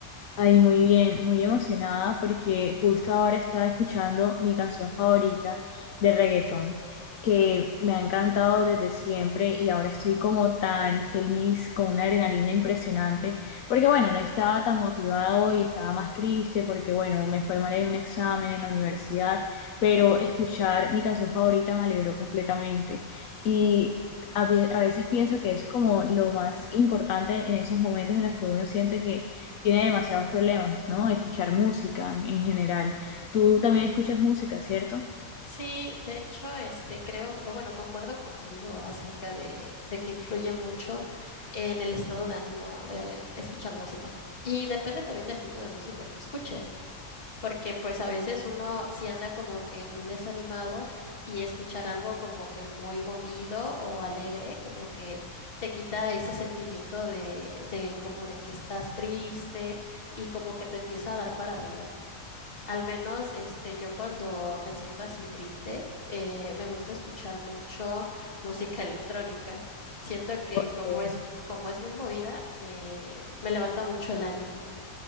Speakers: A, on the left (about 70°); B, on the left (about 40°).
A: Ay, muy bien, muy emocionada porque justo ahora estaba escuchando mi canción favorita de reggaetón, que me ha encantado desde siempre y ahora estoy como tan feliz, con una adrenalina impresionante, porque bueno, no estaba tan motivada hoy, estaba más triste porque bueno, me fue mal en un examen en la universidad, pero escuchar mi canción favorita me alegró completamente y... A vie- a veces pienso que eso es como lo más importante en esos momentos en los que uno siente que tiene demasiados problemas, ¿no? Escuchar música en, en general. Tú también escuchas música, ¿cierto?
B: Sí, de hecho, este creo, o bueno, concuerdo contigo acerca de, de que influye mucho en el estado de ánimo eh, escuchar música. Y depende también del tipo de música que escuches, porque pues a veces uno sí anda como que muy desanimado y escuchar algo como que muy movido o alegre, como que te quita ese sentimiento de, de como de que estás triste y como que te empieza a dar para arriba. Al menos este, yo cuando me siento así triste, eh, me gusta escuchar mucho <laughs> música electrónica. Siento que
A: Porque...
B: como es, como es muy movida, me, me levanta mucho el ánimo.